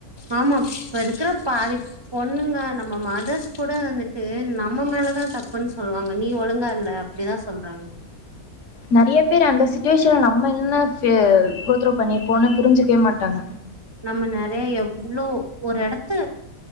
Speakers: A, on the right; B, on the left.
A: ஆமா இப்ப இருக்குற பாதி பொண்ணுங்க நம்ம மதஸ் கூட வந்துட்டு நம்ம மேலதா தப்புன் சொல்வாங்க நீ ஒழுங்கா இல்ல அப்டிதா சொல்றாங்க
B: நறியப் பேர் அந்த சுட்டிவேஷன்ல நம்ம என்ன ஃபே குடுத்ரூ பண்ணிற் போண்ணு புரிஞ்சுக்வே மாட்டாங்க
A: நம்ம நெறைய ஒரு எடத்து